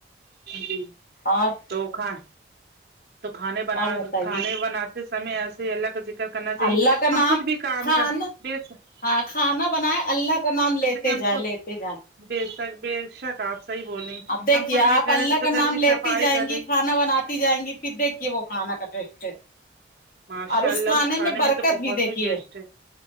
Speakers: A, on the right; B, on the left.
A: جی
B: اور
A: تو کھا تو کھانے بنا
B: اور بتائیے
A: کھانے بنات سمے ایسے ہی اللہ کا ذکر کرنا چاہیے
B: اللہ کا
A: ہم
B: نام
A: کچھ بھی کام
B: کھانا
A: کا بے شک
B: ہاں کھانا بنائے اللہ کا نام لیتے
A: کہ ہم
B: جائے
A: کچھ
B: لیتے جائے
A: بے شک بے شک آپ صحیح بولیں
B: اب دیکھیے
A: ہم کچھ
B: آپ
A: بھی کریں
B: اللہ
A: جیسے
B: کا
A: گھر
B: نام
A: کی
B: لیتی
A: صفائی
B: جائیں
A: کر
B: گی
A: رہی
B: کھانا بناتی جائیں گی پھر دیکھیے وہ کھانا کا ٹیسٹ
A: ماشاء
B: اور
A: اللہ اس کھانے
B: برکت
A: میں تو بہت
B: بھی دیکھیے
A: ہی ٹیسٹ ہے